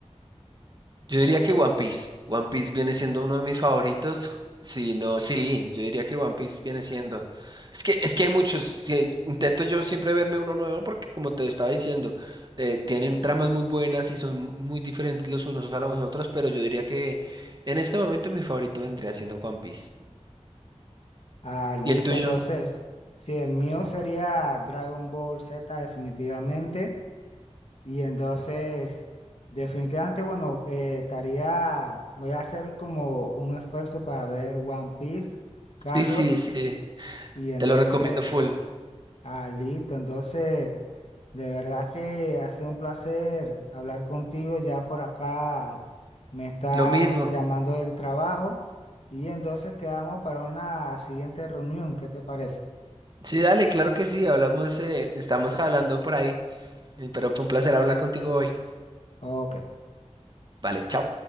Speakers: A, on the right; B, on the left.
A: Yo diría que One Piece, One Piece viene siendo uno de mis favoritos, si no, sí, yo diría que One Piece viene siendo. Es que es que hay muchos, sí, intento yo siempre verme uno nuevo porque como te estaba diciendo, eh, tienen tramas muy buenas y son muy diferentes los unos a los otros, pero yo diría que en este momento mi favorito vendría siendo One Piece.
B: Ah, listo,
A: ¿Y el tuyo?
B: entonces, sí, el mío sería Dragon Ball Z definitivamente. Y entonces, definitivamente, bueno, eh, estaría, voy a hacer como un esfuerzo para ver One Piece,
A: Sí,
B: Carlos.
A: sí, sí,
B: Y entonces,
A: te lo recomiendo full.
B: ah, listo, entonces... De verdad que ha sido un placer hablar contigo. Ya por acá me está
A: Lo mismo.
B: llamando del trabajo y entonces quedamos para una siguiente reunión. ¿Qué te parece?
A: Sí, dale, claro que sí, hablamos, eh, estamos hablando por ahí, eh, pero fue un placer hablar contigo hoy.
B: Ok.
A: Vale, chao.